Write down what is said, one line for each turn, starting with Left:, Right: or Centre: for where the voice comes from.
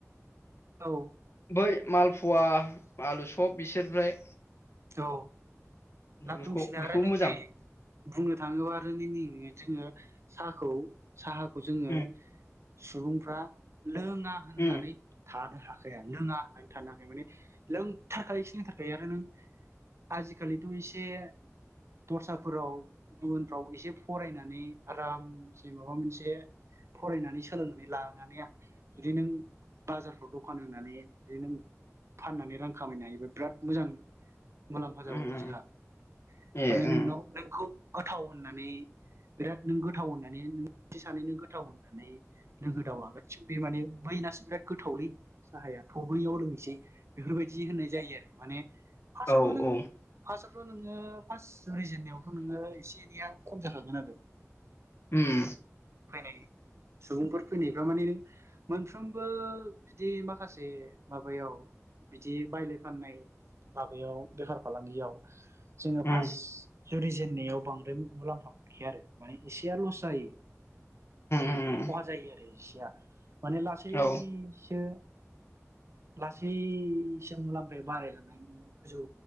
Right: औ।
Left: बै माल फुवा आलु सब बिसोरनिफ्राय
Right: औ
Left: बेफोरखौ
Right: लाब दंसिनो
Left: बेखौबो
Right: आरो नों
Left: मोजां
Right: नै बुंनो थाङोबा आरो नों नै जोङो साहाखौ साहाखौ जोङो
Left: उम
Right: सुबुंफ्रा लोङा होननानै
Left: उम
Right: थानो हाखाया लोङा थानोहाखाया माने लोंथारखायो खि लोंथारखायो आरो नों आजिखालिथ' एसे दस्राफोराव गुबुनफ्राव एसे फरायनानै आरामसे माबा मोनसे फरायनानै सोलोंनानै लानानै आरो जुदि नों बाजारफ्राव दखान होनानै जुदि नों फाननानै रां खामायनो हायोबा बिराद मोजां मुलाम्फा जाबावो
Left: उम उम
Right: जोंहा।
Left: ए
Right: माने
Left: उम
Right: नोंनाव नोंखौ गोथाव होननानै बिराद नों गोथाव होननानै नों सानैनि गोथाव होननानै लोंहोदावबा गासिबो बे माने बैनासो बिराद गोथावलै साहाया थ' बैयाव लोंहैसै बेफोरबायदि होननाय जायो आरो माने फार्स्टआवथ'
Left: औ
Right: नों
Left: औ
Right: फार्स्टआवथ' नोङो फार्स्ट जुरिजेननायावथ' नोङो एसे एनैया होनजाखागोन आरो।
Left: उम।
Right: फैनाय सुबुंफोर फैनायफ्रा माने नों मोनफ्रोमबो बिदि माखासे माबायाव बिदि बायलाय फाननाय माबायाव बेफार फालांगियाव जोङो
Left: उम
Right: फास जुरि जेननायाव बांद्राय मुलाम्फा मोनखाया आरो माने एसेया लस जायो।
Left: उम
Right: खहा जायो आरो इसिया माने लासैसो
Left: औ
Right: लासैसो मुलाम्फाया बारायलांनानै गोजौ